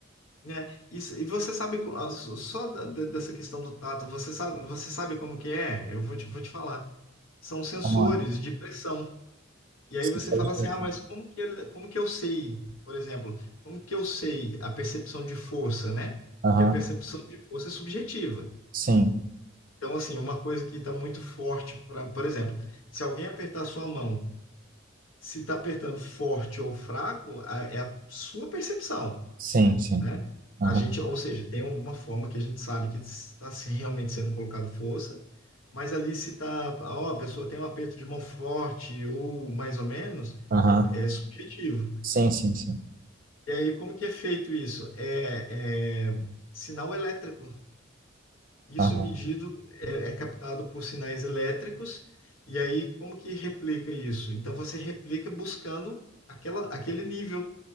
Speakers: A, on the left (about 80°); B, on the right (about 40°).
A: né? E, s- e você sabe co- ah, só da- da- dessa questão do tato, você sabe, você sabe como que é? Eu vou te, vou te falar. São sensores
B: Vamos lá.
A: de pressão. E aí
B: Sensores
A: você fala
B: de pressão.
A: assim: "Ah, mas como que ele- como que eu sei, por exemplo, como que eu sei a percepção de força, né?
B: Aham.
A: Porque a percepção de força é subjetiva.
B: Sim,
A: Então, assim, uma coisa que está muito forte, pra, por exemplo, se alguém apertar sua mão, se está apertando forte ou fraco, a- é a sua percepção,
B: sim, sim.
A: né?
B: Aham,
A: A gente, ou seja, tem alguma forma que a gente sabe que está se realmente sendo colocado força, mas ali se está, ó, a pessoa tem um aperto de mão forte ou mais ou menos,
B: aham.
A: é, é subjetivo.
B: Sim, sim, sim.
A: E aí, como que é feito isso? É, é sinal elétrico. Isso
B: Aham.
A: é medido, é, é captado por sinais elétricos, e aí como que replica isso? Então você replica buscando aquela, aquele nível.